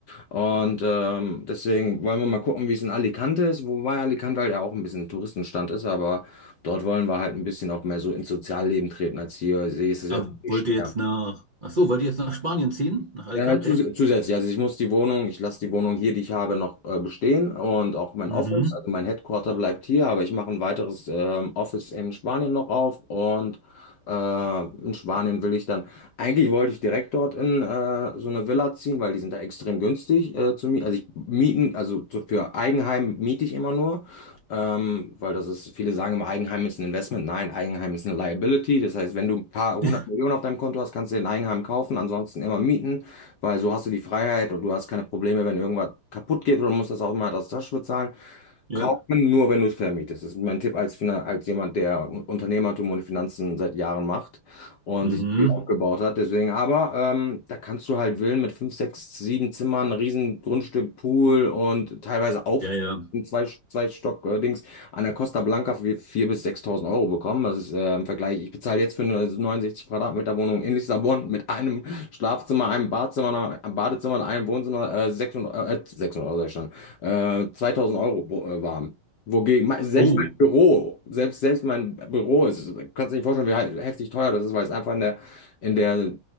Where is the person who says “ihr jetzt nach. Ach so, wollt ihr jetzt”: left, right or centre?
Right